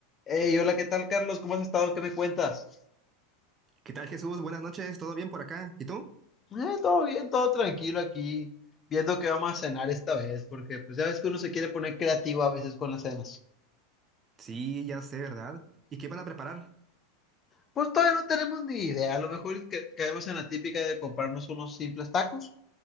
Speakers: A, on the left; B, on the right.
A: Hey, hola, ¿qué tal, Carlos? ¿Cómo has estado? ¿Qué me cuentas?
B: ¿Qué tal, Jesús? Buenas noches, ¿todo bien por acá? ¿Y tú?
A: Eh, todo bien, todo tranquilo aquí, viendo qué vamos a cenar esta vez, porque pues ya ves que uno se quiere poner creativo a veces con las cenas.
B: Sí, ya sé, ¿verdad? ¿Y qué van a preparar?
A: Pues todavía no tenemos ni idea, a lo mejor y ca- caemos en la típica de comprarnos unos simples tacos